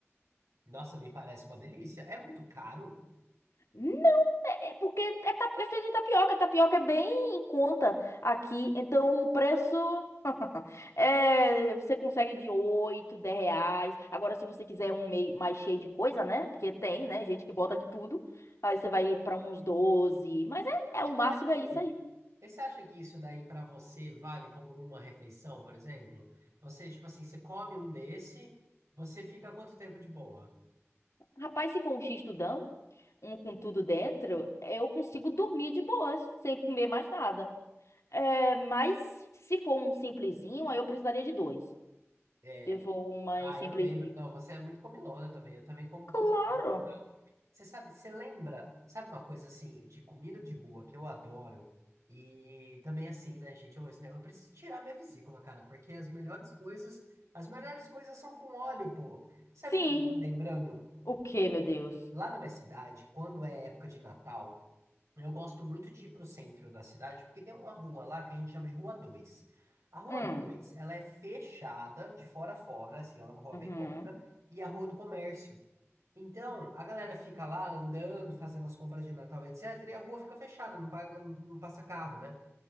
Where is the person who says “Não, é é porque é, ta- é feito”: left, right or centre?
Left